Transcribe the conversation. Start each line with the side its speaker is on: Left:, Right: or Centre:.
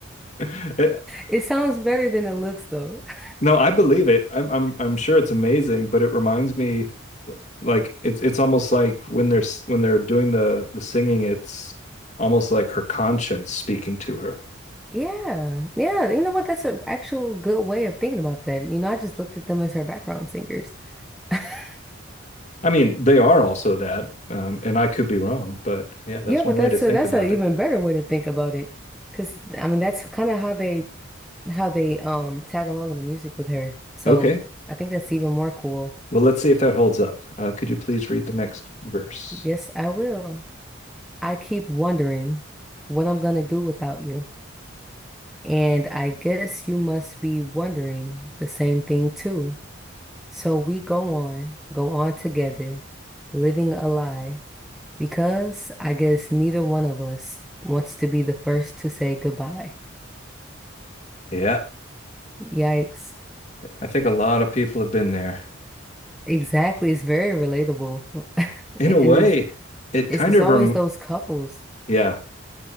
Left: It,
Centre: It sounds better than it looks though. <laughs>
Left: No, I believe it. I'm I'm I'm sure it's amazing, but it reminds me like it's it's almost like when they're s- when they're doing the the singing, it's almost like her conscience speaking to her.
Centre: Yeah, yeah. You know what? That's an actual good way of thinking about that. You know, I just looked at them as her background singers. <laughs>
Left: I mean, they are also that, um, and I could be wrong, but yeah, that's
Centre: Yeah,
Left: one
Centre: but
Left: way
Centre: that's
Left: to think
Centre: a that's
Left: about
Centre: an even
Left: it.
Centre: better way to think about it. Because I mean, that's kind of how they how they um tag along in the music with her. So
Left: Okay.
Centre: I think that's even more cool.
Left: Well, let's see if that holds up. Uh, could you please read the next verse?
Centre: Yes, I will. I keep wondering what I'm gonna do without you. And I guess you must be wondering the same thing too. So we go on, go on together, living a lie, because I guess neither one of us wants to be the first to say goodbye.
Left: Yeah,
Centre: Yikes.
Left: I think a lot of people have been there.
Centre: Exactly. It's very relatable. <laughs>
Left: In
Centre: And
Left: a way,
Centre: it's,
Left: it
Centre: it's,
Left: kind
Centre: it's
Left: of
Centre: always
Left: rem
Centre: those couples.
Left: yeah,